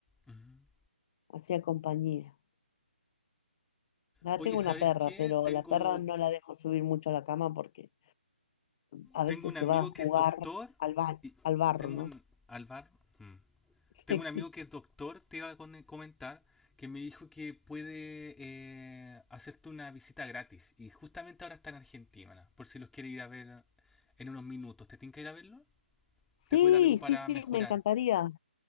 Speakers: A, in the centre; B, on the left.
A: ujú.
B: hacía compañía. Ahora
A: Oye,
B: tengo
A: ¿sabes
B: una perra,
A: qué?
B: pero
A: Tengo,
B: la perra no la dejo subir mucho a la cama porque a
A: tengo
B: veces
A: un amigo
B: se va a
A: que
B: jugar
A: es doctor
B: al ba-
A: y
B: al barro,
A: tengo
B: ¿no?
A: un Alvar. mm.
B: <laughs>
A: Tengo un
B: Sí.
A: amigo que es doctor, te iba a con- comentar, que me dijo que puede eh, hacerte una visita gratis. Y justamente ahora está en Argentina, por si los quiere ir a ver en unos minutos. ¿Te tiene que ir a verlo?
B: Sí,
A: ¿Te puede dar algo para
B: sí, sí,
A: mejorar?
B: me encantaría.